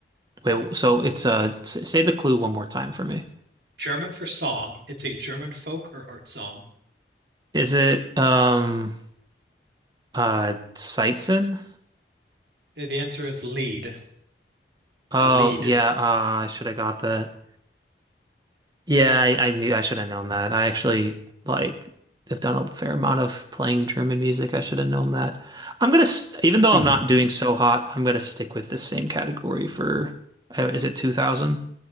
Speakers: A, on the right; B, on the right.
A: Wait, so it's uh s- say the clue one more time for me.
B: German for song. It's a German folk or art song.
A: Is it um uh Sightson?
B: Uh, The answer is lead.
A: Oh
B: A lead.
A: yeah, uh I should have got that. Yeah, I, I knew I should have known that. I actually like have done a fair amount of playing German music. I should have known that. I'm gonna s- even though
B: Mm.
A: I'm not doing so hot, I'm gonna stick with the same category for uh, is it 2000?